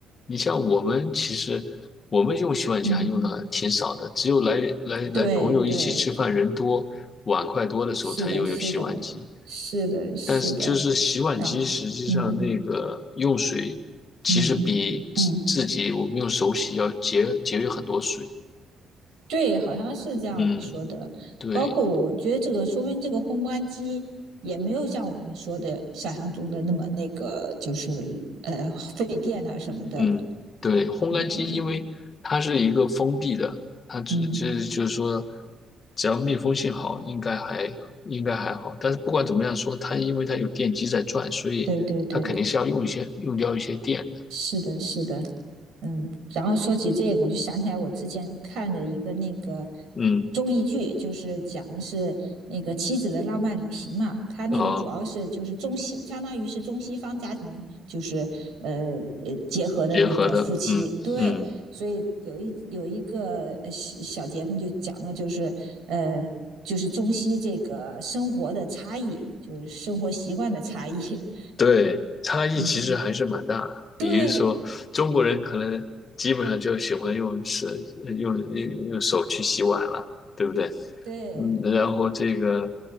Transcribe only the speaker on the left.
你像我们，其实我们用洗碗机还用的挺少的，
只有来来来朋友一起吃饭，
人多碗筷多的时候才用用洗碗机。
但是就是洗碗机实际上那个用水，
其实比自自己我们用手洗要节节约很多水。
嗯，对。
嗯，对，烘干机因为它是一个封闭的，
它只只就是说，
只要密封性好，应该还应该还好。但是不管怎么样说，它因为它有电机在转，所以它肯定是要用一些用掉一些电的。
嗯，
哦，
结合的，嗯嗯，
对，差异其实还是蛮大的。
比如说，
中国人可能基本上就喜欢用手呃用用用手去洗碗了，对不对？
嗯，然后这个